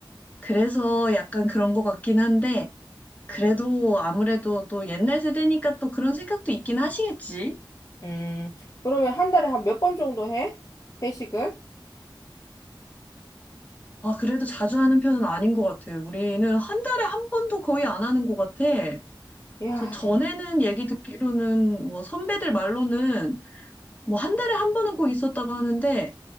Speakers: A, on the left; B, on the left.
A: 그래서 약간 그런 것 같긴 한데, 그래도 아무래도 또 옛날 세대니까 또 그런 생각도 있긴 하시겠지?
B: 음, 그러면 한 달에 한 몇 번 정도 해? 회식을?
A: 아, 그래도 자주 하는 편은 아닌 것 같아요. 우리는 한 달에 한 번도 거의 안 하는 것 같아. 그래서
B: 야,
A: 전에는 얘기 듣기로는 뭐 선배들 말로는 뭐 한 달에 한 번은 꼭 있었다고 하는데,